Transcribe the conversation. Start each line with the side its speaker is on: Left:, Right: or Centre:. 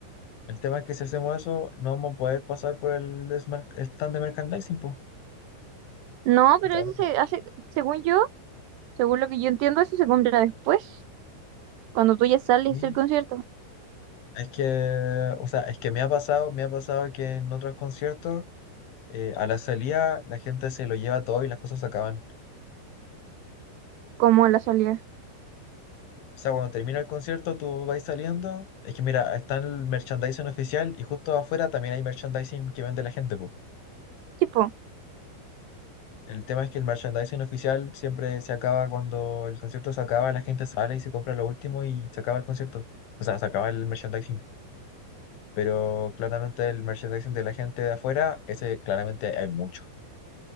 Left: El tema es que si hacemos eso, no vamos a poder pasar por el desmar- stand de merchandising, po.
Right: No, pero
Left: Claro.
Right: eso se hace, según yo, según lo que yo entiendo, eso se compra después, cuando tú ya sales
Left: Sí,
Right: del concierto,
Left: es que, o sea, es que me ha pasado, me ha pasado que en otros conciertos, eh, a la salida la gente se lo lleva todo y las cosas se acaban.
Right: como la salida.
Left: O sea, cuando termina el concierto, tú vas saliendo. Es que mira, está el merchandising oficial y justo afuera también hay merchandising que vende la gente, po.
Right: Tipo,
Left: El tema es que el merchandising oficial siempre se acaba cuando el concierto se acaba, la gente sale y se compra lo último y se acaba el concierto. O sea, se acaba el merchandising. Pero claramente el merchandising de la gente de afuera, ese claramente hay mucho.